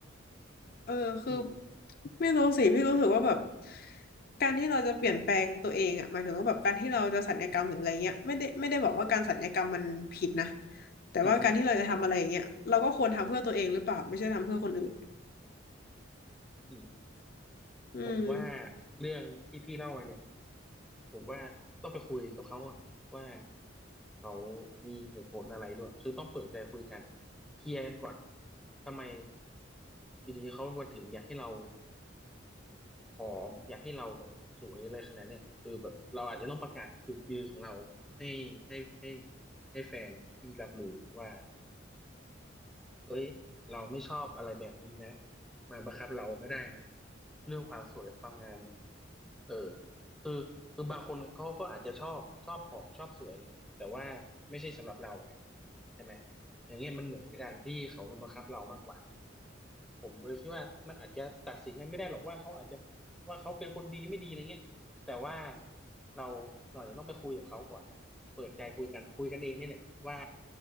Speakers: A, on the left; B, in the centre.
A: เออคือ
B: อืม
A: ไม่รู้สิพี่รู้สึกว่าแบบการที่เราจะเปลี่ยนแปลงตัวเองอะหมายถึงว่าแบบการที่เราจะสัญญกรรมหรืออะไรเงี้ยไม่ได้ไม่ได้บอกว่าการสัญญกรรมมันผิดนะแต่ว่าการที่เราจะทำอะไรอย่างเงี้ยเราก็ควรทำเพื่อตัวเองหรือเปล่าไม่ใช่ทำเพื่อคนอื่น
B: อืมอืม
A: อืม
B: ผมว่าเรื่องที่พี่เล่ามาเนี่ยผมว่าต้องไปคุยกับเขาก่อนว่าเขามีเหตุผลอะไรหรือเปล่าคือต้องเปิดใจคุยกันเคลียร์กันก่อนทำไมอยู่ดีเขามาถึงอยากให้เราผอมอยากให้เราแบบสวยอะไรขนาดเนี้ยคือแบบเราอาจจะต้องประกาศจุดยืนของเราให้ให้ให้ให้แฟนที่รับรู้ว่า เอ้ยเราไม่ชอบอะไรแบบนี้นะมาบังคับเราไม่ได้นะเรื่องความสวยความงามเนี่ยเออคือคือบางคนเขาก็อาจจะชอบชอบผอมชอบสวยอะไรเงี้ยแต่ว่าไม่ใช่สำหรับเราไงใช่ไหมอย่างเงี้ยมันเหมือนการที่เขามาบังคับเรามากกว่า ผมเลยคิดว่ามันอาจจะตัดสินอะไรไม่ได้หรอกว่าเขาอาจจะว่าเขาเป็นคนดีไม่ดีอะไรเงี้ยแต่ว่าเราเราจะต้องไปคุยกับเขาก่อนเปิดใจคุยกันคุยกันเองเนี่ยแหละว่า